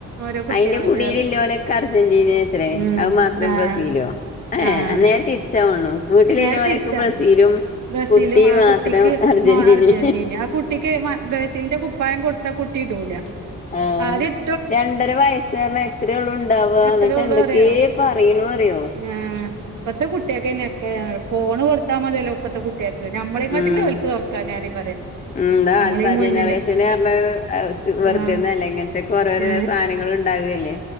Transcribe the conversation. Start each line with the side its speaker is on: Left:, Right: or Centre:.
Right: ഓരോ കുട്ട്യാളത്
Left: അയിന്റെ കുടീൽല്ലലെൊക്കെ
Right: പറയും
Left: അർജന്റീന ത്രേ
Right: ഉം
Left: അത് മാത്രം
Right: ആഹ്
Left: ബ്രസീലോ ഏഹ്
Right: ആഹ്
Left: ഹേ - തിരിച്ചാ തോന്ന് ണ് വീട്ടിലില്ലോക്കെ
Right: നേരെ തിരിച്ചാണ്
Left: ബ്രസീലും
Right: ബ്രസീലും
Left: കുട്ടി
Right: ആ
Left: മാത്രം
Right: കുട്ടിക്ക്
Left: അർജന്റീനയും
Right: മ അർജന്റീന ആ കുട്ടിക്ക് ബ്രസീലിന്റെ കുപ്പായം കൊടുത്ത കുട്ടി ഇടൂല
Left: ആഹ്
Right: ആദ്യ-
Left: രണ്ടര വയസ്സ എത്രയുള്ളൂ ഉണ്ടാവുക
Right: എത്രേ
Left: എന്നിട്ട്
Right: ഉള്ളൂ
Left: എന്തൊക്കെയ
Right: അറിയോ
Left: പറയണ അറിയോ
Right: ആഹ് ഇപ്പത്തെ കുട്ടിയകോ ക്കെ ഫോണ് കൊടുത്താൽ മതില്ലേ ഇപ്പത്തെ കു- കുട്ടിയാൾക്ക് ഞമ്മളെകാട്ടിലും
Left: ഉം
Right: ഓലിക്ക് തുറക്കാൻ അറിയും പറയാ
Left: ഉം ന്താ
Right: നമ്മളീ
Left: ആൽഫ
Right: മുന്നില്
Left: ജനറേഷൻ പറഞ്ഞ വെറുതെയല്ല
Right: ആഹ്
Left: ഇങ്ങനത്തെ കൊറേ ഓരോരോ
Right: ഏ
Left: സാധനങ്ങളണ്ട് ഉണ്ടാകല്ലേ